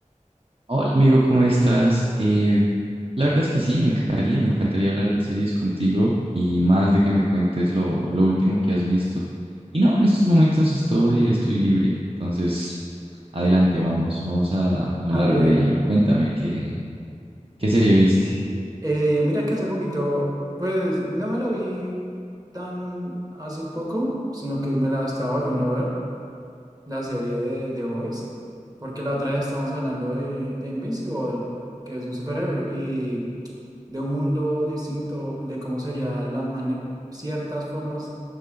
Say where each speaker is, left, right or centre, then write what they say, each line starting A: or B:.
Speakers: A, on the right (about 45°); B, on the right (about 30°).
A: Hola amigo, ¿cómo estás? Eh, la verdad es que sí, me encantaría, me encantaría hablar de series contigo y más de que me cuentes lo, lo último que has visto. Y no, en estos momentos estoy,
B: <laughs>
A: estoy libre, entonces adelante, vamos, vamos a hablar
B: Ah, bien.
A: de ello. Cuéntame, ¿qué, qué serie viste?
B: Eh, mira que hace poquito, pues no me la vi tan hace poco, sino que me la estaba volviendo a ver, la serie de The Boys, porque la otra vez estábamos hablando de, de Invincible, que es un superhéroe, y de un mundo distinto, de cómo sería la mane- ciertas formas